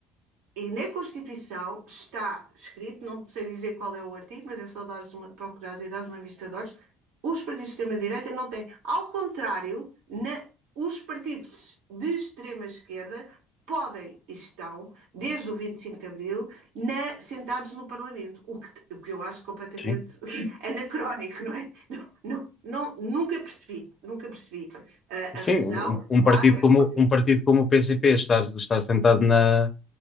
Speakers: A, on the right (about 80°); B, on the left (about 25°).
A: E na Constituição está escrito, não sei dizer qual é o artigo, mas é só dares uma, procurares e dares uma vista de olhos, os partidos de extrema-direita não têm. Ao contrário, na, os partidos de extrema-esquerda podem e estão, desde o 25 de Abril, na, sentados no Parlamento, o que, o que eu acho completamente
B: Sim.
A: <laughs> anacrónico, não é? Não, não, não nunca percebi, nunca percebi. Uh,
B: Sim,
A: a razão,
B: um,
A: claro,
B: um partido
A: é
B: como,
A: porque
B: um partido como o P C P estar, estar sentado na,